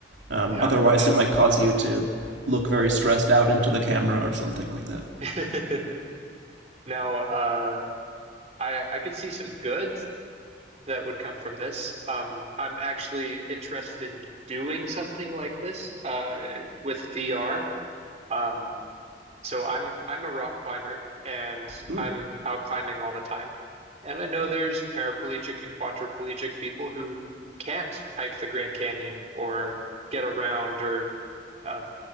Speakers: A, on the right (about 80°); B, on the right (about 40°).
A: Um,
B: yeah,
A: otherwise,
B: hmm
A: it might cause you to look very stressed out into the camera or something like that.
B: <laughs> Now, uh, I I could see some good that would come from this. Um, I'm actually interested in doing something like this, uh, with VR. Um, So I'm I'm a rock climber and
A: Mm,
B: I'm out climbing all the time. And I know there's paraplegic and quadriplegic people who can't hike the Grand Canyon or get around or uh,